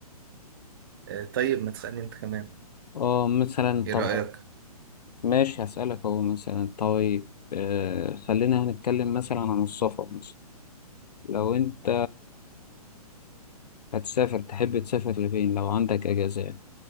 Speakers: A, on the right (about 35°); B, on the left (about 85°).
A: <laughs> آه، طيب ما تسألني انت كمان
B: اه مثلا
A: ايه
B: طب
A: رأيك؟
B: ماشي هسألك اهو مثلا طيب آه خلينا هنتكلم مثلا عن السفر مثلا لو انت هتسافر تحب تسافر لفين لو عندك اجازة يعني